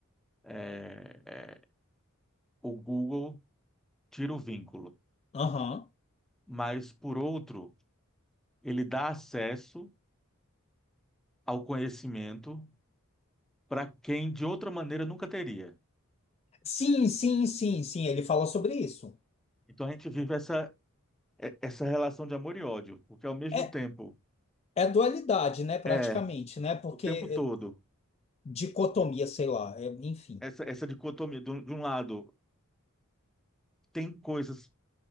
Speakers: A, in the centre; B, on the left.
A: é, é, o Google tira o vínculo,
B: Aham.
A: mas por outro, ele dá acesso ao conhecimento para quem de outra maneira nunca teria.
B: Sim, sim, sim, sim, ele fala sobre isso.
A: Então a gente vive essa, é- essa relação de amor e ódio, porque ao mesmo
B: É,
A: tempo,
B: é dualidade, né? Praticamente,
A: é,
B: né? Porque
A: o tempo todo,
B: é, dicotomia, sei lá, é, enfim.
A: essa, essa dicotomia, de um de um lado, tem coisas